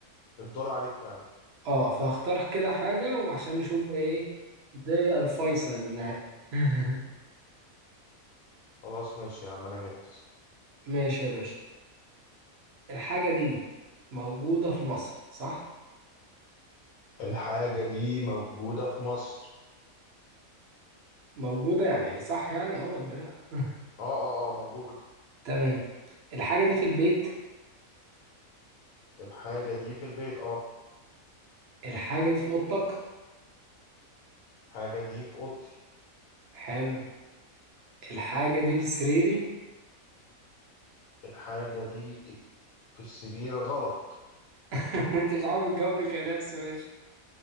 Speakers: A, on the left; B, on the right.
A: الدور عليك فعلا
B: اه فاختار كده حاجة وعشان نشوف بقى ايه ده الفيصل النهائي <laughs>
A: خلاص ماشي يا عم انا جاهز
B: ماشي يا باشا الحاجة دي موجودة في مصر صح؟
A: الحاجة دي موجودة في مصر
B: موجودة يعني ايه صح يعني اه ولا لا؟ <laughs>
A: اه اه اه موجودة
B: تمام الحاجة دي في البيت
A: الحاجة دي في البيت اه
B: الحاجة دي في أوضتك
A: الحاجة دي في اوضتي
B: حلو الحاجة دي في سريري
A: الحاجة دي في السرير غلط
B: <laughs> انت مش عارف الجو كلاس ماشي